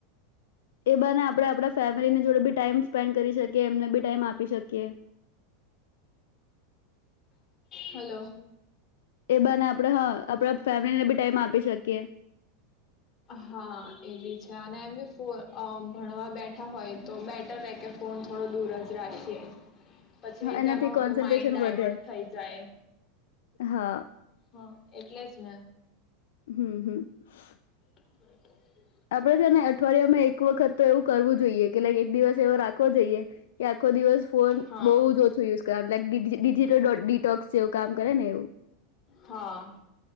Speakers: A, on the left; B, on the left.
A: એ બ ને આપડે આપડા ફેમિલીની જોડે બી ટાઈમ સ્પેન્ડ કરી શકીએ એમને બી ટાઈમ આપી શકીએ.
B: હલો.
A: એ બને આપે હા આપડે ફેમિલી ને બી ટમ આપી શકીએ
B: હા એ બી છે અને એમ ફ ભણવા બેઠા હોય તો બેટર રહેે કે ફોન થોડો દૂર જ રાખીએ. પછી
A: એનાથી
B: તેમાં આપણું
A: કોન્સન્ટ્રેશન
B: માઈન્ડ ડાયવર્ટ
A: વધે
B: થઈ જાય
A: હા
B: હ. એટલે જ ને.
A: હમ હમ. <inaudible>
B: <inaudible>
A: આપડે છે ને અઠવાડિયામાં એક વખત તો એવું કરવું જોઈએ કે એક દિવસ એવો રાખવો જોઈએ કે આખો દિવસ ફોન
B: હા
A: બઉુ ઓછો યુઝ કર લકિજિટલિટોક્સ જેવું કામ કરે ને એવું.
B: હા